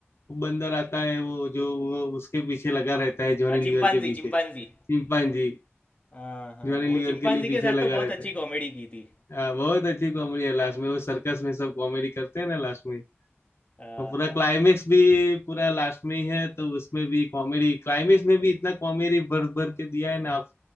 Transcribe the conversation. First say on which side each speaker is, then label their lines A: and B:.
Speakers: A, on the left; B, on the left.
A: बंदर आता है वो जो वो उसके पीछे लगा रहता है जॉनी
B: हाँ
A: लीवर
B: चिंपांजी
A: के पीछे
B: चिंपांजी
A: चिंपांजी
B: हाँ हाँ
A: जॉनी
B: वो
A: लीवर
B: चिंपांजी
A: के लिए पीछे
B: के साथ
A: लगा
B: तो बहुत
A: रहता
B: अच्छी
A: है
B: कॉमेडी की थी
A: हाँ बहुत अच्छी कॉमेडी है लास्ट में वो सर्कस में सब कॉमेडी करते हैं ना लास्ट में
B: हाँ
A: और पूरा
B: हाँ
A: क्लाइमेक्स भी पूरा लास्ट में ही है तो उसमें भी कॉमेडी क्लाइमेक्स में भी इतना कॉमेडी भर भर के दिया है ना आप